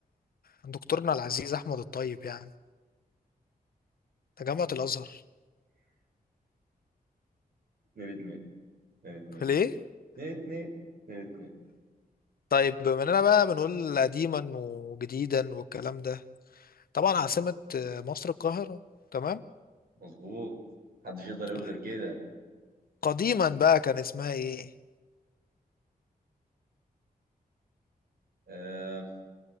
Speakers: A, on the left; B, on the right.
A: دكتورنا العزيز أحمد الطيب يعني تجمعة الأزهر
B: اتنين اتنين اتنين اتنين
A: ليه؟
B: اتنين اتنين اتنين اتنين
A: طيب بما إننا بقى بنقول قديما وجديدا والكلام ده طبعا عاصمة مصر القاهرة تمام؟
B: مظبوط محدش يقدر يقول
A: طيب
B: غير كده
A: قديما بقى كان اسمها إيه؟
B: آه،